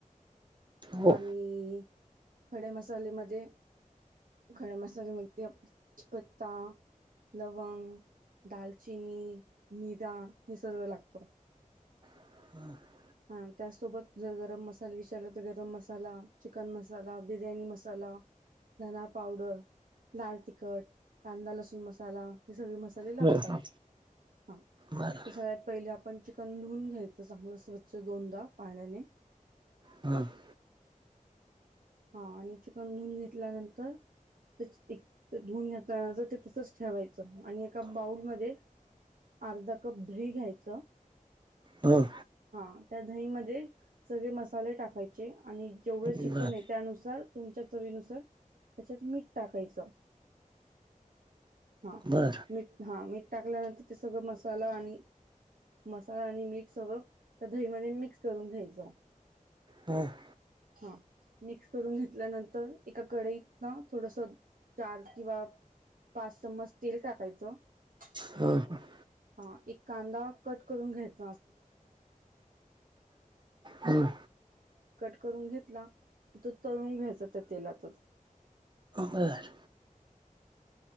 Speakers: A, on the right; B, on the right.
A: हो
B: आणि खडे मसालेमध्ये. खडम मसाल्यामध्ये आप बजपत्ता. लवंग, दालचिनी, निदा हे सगळ लागत.
A: <inaudible>
B: हा त्याचसोबत जर गरम मसाला विचारला तर गरम मसाला, चिकन मसाला, बिर्याणी मसाला. धना पावडर. लाल तिखट कांदा लसूण मसाला हे सगळे मसाले लागतात
A: बरं
B: <inaudible> <inaudible> हा
A: बरं
B: सगळ्यात पहिली आपण कधून घ्यायचं चांगलं स्वच्छ दोनदा पाण्याने <inaudible>
A: हा <inaudible>
B: हा आणि चिकन धुून घेतल्यानंतर <inaudible> <inaudible> एकधुन घाताणाच ते तसच ठेवायचं आणि एका बाऊल <inaudible> मधी अर्धा कप दही घ्यायच <inaudible>
A: हं
B: हा त्या दही म सगळे मसाले टाकायचे आणि जेवढं
A: बरं
B: चिकन येत त्याुस तुमच्या चवीनुसार <inaudible> त्याच्यात मीठ टाकायचं <inaudible> हा
A: बरं
B: मीठ हा मीठ टाकल्यानंतर ते सगळं मसाला आणि <inaudible> मसाला आणि मीठ सगळं त्या दही म मिक्स करून घ्यायचं
A: हा <inaudible>
B: हा <inaudible> मिक्स करून घेतल्यानंतर एका कढईत ना थोडस चार किंवा <inaudible> पाच चम्मच तेल टाकायचं
A: हं
B: <inaudible> हा एक कांदा कट करून घेत
A: <inaudible> हम
B: ून घेतला की तो <inaudible> तळून घ्यायच त्या तेलातच <inaudible>
A: बरं